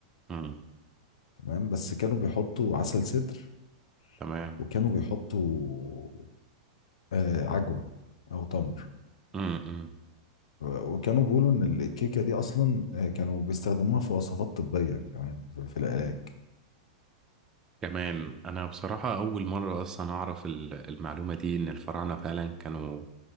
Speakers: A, on the right; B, on the left.
A: أمم.
B: تمام بس كانوا بيحطوا عسل سدر
A: تمام
B: وكانوا بيحطوا آه، عجوة أو تمر
A: أمم.
B: وكانوا بيقولوا إن الكيكة دي أصلا آه، كانوا بيستخدموها في وصفات طبية كمان في في العلاج
A: كمان انا بصراحة اول مرة اصلا اعرف ال- المعلومة دي ان الفراعنة فعلا كانوا